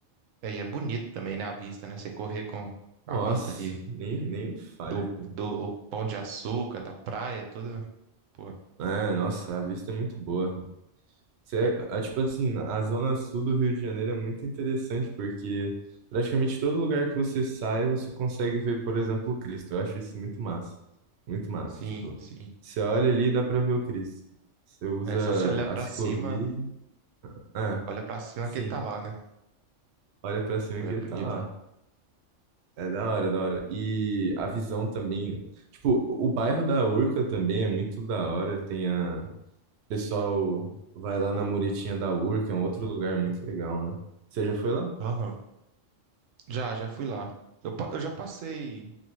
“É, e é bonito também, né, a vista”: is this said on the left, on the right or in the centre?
Right